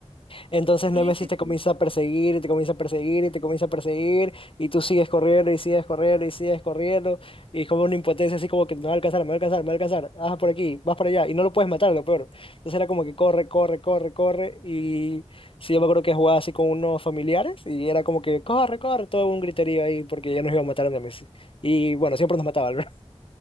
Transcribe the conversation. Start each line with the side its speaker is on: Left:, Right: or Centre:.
Left: Entonces
Right: Sí,
Left: Nemesis
Right: sí,
Left: te comienza
Right: sí.
Left: a perseguir y te comienza a perseguir y te comienza a perseguir y tú sigues corriendo y sigues corriendo y sigues corriendo y es como una impotencia así como que me va a alcanzar, me va a alcanzar, me va a alcanzar, ah, por aquí, vas para allá y no lo puedes matar, lo peor. Entonces era como que corre, corre, corre, corre y sí, yo me acuerdo que jugaba así con unos familiares y era como que corre, corre, todo un griterío ahí porque ya nos iba a matar a Nemesis. Y bueno, siempre nos mataba, <laughs> ¿verdad?